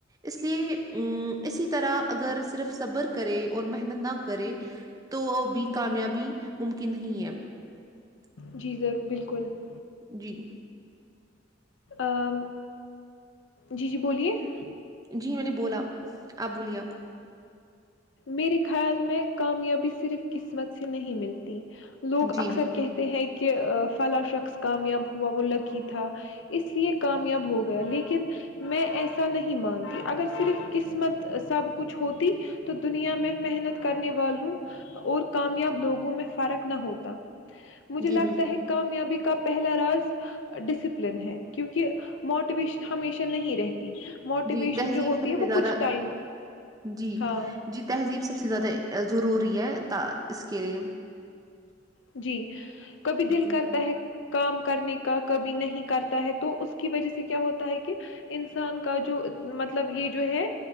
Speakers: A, on the right; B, on the left.
A: اس لیے ا اسی طرح اگر صرف صبر کرے اور محنت نہ کرے تو بھی کامیابی ممکن نہیں ہے <unintelligible>
B: جی ضر بالکل <unintelligible>
A: جی <unintelligible>
B: ا جی جی بولیے <unintelligible>
A: جی میں نے بولا آپ بولیے آپ <unintelligible>
B: میرے خیال میں کامیابی صرف قسمت سے نہیں ملتی لوگ
A: جی
B: اکثر
A: بالکل
B: کہتے ہیں کہ <unintelligible> کہ فلاں شخص کامیاب ہوا وہ لکی تھا اس لیے کامیاب ہو گیا لیکن میں ایسا نہیں مانتی اگر صرف قسمت سب کچھ ہوتی <unintelligible> تو دنیا میں محنت کرنے والوں اور کامیاب لوگوں میں فرق نہ ہوتا مجھے
A: جی
B: لگتا
A: بالکل
B: ہے کامیابی کا پہلا راز ڈسپلن ہے کیونکہ موٹیویشن ہمیشہ نہیں رہتی موٹیویشن
A: جی تہذیب
B: جو ہوتی
A: سب
B: ہے
A: سے
B: وہ
A: زیادہ
B: کچھ ٹائم
A: جی
B: ہاں
A: جی تہذیب سب سے زیادہ ضروری ہے ت <unintelligible> اسکیم <unintelligible>
B: جی کبھی دل کرتا
A: لیے
B: ہے کام کرنے کا کبھی نہیں کرتا ہے تو اس کی وجہ سے کیا ہوتا ہے کہ انسان کا جو مطلب یہ جو ہے